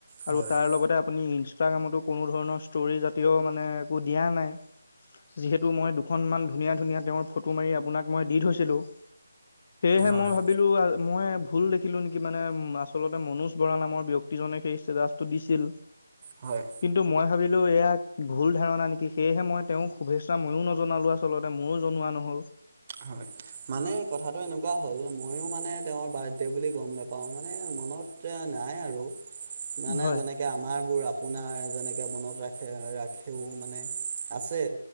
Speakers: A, on the right; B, on the left.
A: হয়
B: আৰু তাৰ লগতে আপুনি ইনষ্টাগ্ৰামতো কোনো ধৰণৰ ষ্টৰীজাতীয় মানে একো দিয়া নাই। যিহেতু মই দুখনমান ধুনীয়া - ধুনীয়া তেওঁৰ ফ মাৰি আপোনাক মই দি থৈছিলো সেয়েহে
A: হয়
B: মই ভাবিলো। কিন্তু মই ভুল দেখিলো নেকি মানে আচলতে মনোজ বৰা নামৰ ব্যক্তিজনে সেই ষ্টেটাছটো দিছিল।
A: হয়।
B: কিন্তু মই ভাবিলো এয়া ভুল ধাৰণা নেকি সেয়েহে মই তেওঁক শুভেচ্ছা ময়ো নজনালো। আচলতে মোৰো জনোৱা নহ'ল।
A: হয় মানে কথাটো এনেকুৱা হল মই মময়ো মানে তেওঁৰ বাৰ্থডে' বুলি গম নাপাও মানে মনত নাই আৰু। মানে
B: হয়
A: যেনেকে আমাৰ বোৰ আপোনাৰ যেনেকে মনত ৰাখে ৰাখেও মানে আছে।